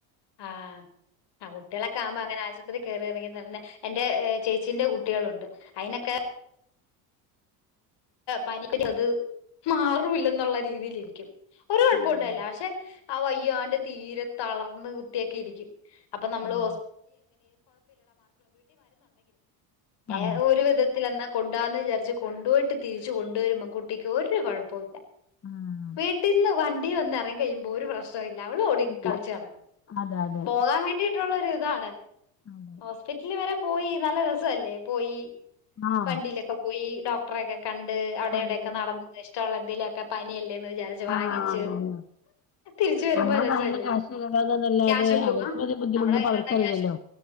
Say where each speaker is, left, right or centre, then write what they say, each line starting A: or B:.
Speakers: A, on the left; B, on the left.
A: ആഹ് ആ കുട്ട്യേളൊക്കെ ആവുമ്പോ അങ്ങനെ ആശുപത്രി കയറി ഇറങ്ങി തന്നെ എ ൻ്റെ ചേച്ചിന്റെ കുട്ടികളുണ്ട് അയിനൊക്കെ പനിക്കതത് മാറില്ലെന്നുള്ള രീതിലിരിക്കും ഒരു കൊഴപ്പുഉണ്ടായില്ല
B: ആഹ്
A: പക്ഷെ ആ വയ്യാണ്ട് തീരെത്ത തളർന്ന് കുത്തിയാക്കെ ഇടിക്കും അപ്പൊ നമ്
B: ആഹ്
A: ഏ
B: അതെ
A: ഒരു വിധത്തിലെന്നാ കൊണ്ടാന്ന് വിചാരിച്ച് കൊണ്ടുപോയിട്ട് തിരിച്ച് കൊണ്ടുവരമ്പം കുട്ടിക്ക് ഒരു കുഴപ്പില്ല
B: ആഹ്
A: വീട്ടീന്ന് വ ണ്ടി വന്ന് എറങ്ങി കഴിയുമ്പോ ഒരു പ്രശ്ന ഇല്ല അവള് ഓടി
B: ഇല്ല
A: കളിച്ച്ടക്കും
B: അതെ അതെ
A: പോകാൻ വേണ്ടി ട്ടുല്ലൊരു ഇതാണ്
B: അതെ
A: ഹോസ്പിറ്റ്ല് വരെ പോയി നല്ല രസല്ലേ പോയി
B: ആഹ്
A: വണ്ടിയിലൊക്കെ പോയി ഡോക്ടറെക്കെ കണ്ട് അവിടെ
B: കണ്ട്
A: ഇവിടെക്കെ നടന്ന് ഇഷ്ടവുള്ള ഇതിലൊക്കെ പനിയല്ലേന്ന് വിജാരിച്ച് വാങ്ങിച്ച്
B: ആഹ് അതന്നെ
A: തിരിച്ച് വരുമ്പോ
B: നമ്മളെ
A: രസവല്ലോ
B: കയ്യിലെ കാശ് ചെലവാക്കാന്നല്ലാതെ
A: ക്യാഷും പോവാ
B: അവർക്ക് വലിയ ബുദ്ധിമുട്ടൊന്നും
A: നമ്മടെ കയ്യിലണ്ട
B: ഇപ്പ അവർക്കറിയില്ലല്ലോ
A: ക്യാഷും